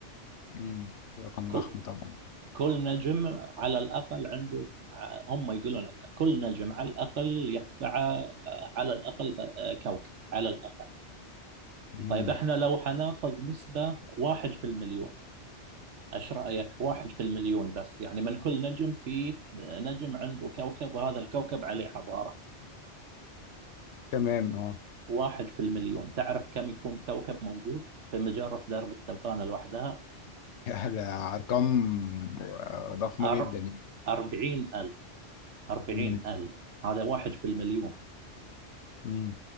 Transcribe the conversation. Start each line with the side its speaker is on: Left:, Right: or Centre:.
Left: امم رقم
Right: ك-
Left: ضخم طبعا
Right: كل نجم على الاقل عنده ع- هم يقولون لك كل نجم على الاقل يتبعه آه، على الاقل آه، كوكب على الاقل
Left: مم.
Right: طيب احنا لو حناخذ نسبه واحد في المليون ايش رايك واحد في المليون بس يعني من كل نجم في نجم عنده كوكب وهذا الكوكب عليه حضاره
Left: تمام اه
Right: واحد في المليون تعرف كم يكون كوكب موجود في مجرة درب التبانة لوحدها
Left: <laughs> لا، ارقام آه، ضخمه
Right: أر...
Left: جدا يعني
Right: أربعين ألف أربعين
Left: مم.
Right: ألف هذا واحد في المليون
Left: مم.